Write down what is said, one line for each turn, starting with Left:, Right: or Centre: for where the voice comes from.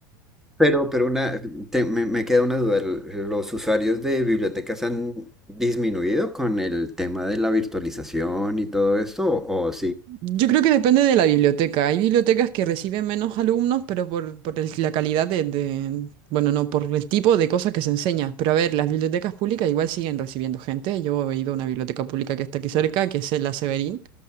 Centre: Pero, pero una, te- me, me queda una duda. ¿Los usuarios de bibliotecas han disminuido con el tema de la virtualización y todo esto? ¿O, o
Right: Yo creo que depende de la biblioteca. Hay bibliotecas que reciben menos alumnos, pero por, por el- la calidad de, de- bueno, no, por el tipo de cosas que se enseña. Pero a ver, las bibliotecas públicas igual siguen recibiendo gente. Yo he ido a una biblioteca pública que está aquí cerca, que es la Severín.